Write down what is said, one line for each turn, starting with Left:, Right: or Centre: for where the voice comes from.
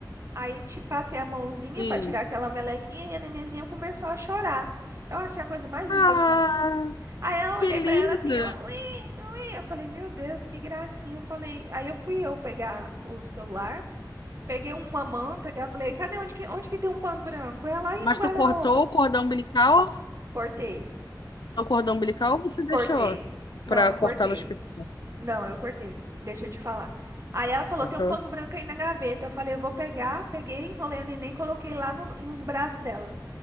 Right: Aí te passei a mãozinha
Left: Sim.
Right: pra tirar aquela melequinha e a nenenzinha começou a chorar. Eu achei a coisa mais
Left: Ah,
Right: linda do mundo. Aí ela
Left: que
Right: olhei
Left: linda.
Right: pra ela assim, ela, ué, ué. Eu falei, meu Deus, que gracinha. Eu falei, aí eu fui eu pegar o celular. Peguei uma manta que eu falei, cadê onde que, onde que tem um pano branco? Ela aí
Left: Mas
Right: no guarda-roupa.
Left: tu cortou o cordão umbilical? ou-
Right: Cortei,
Left: O cordão umbilical ou você deixou
Right: cortei. Não,
Left: pra
Right: eu
Left: cortar
Right: cortei.
Left: no hospital?
Right: Não, eu cortei. Deixa eu te falar. Aí ela falou,
Left: Cortou.
Right: tem um pano branco aí na gaveta. Eu falei, eu vou pegar. Peguei, enrolei a neném, coloquei lá no- nos braços dela.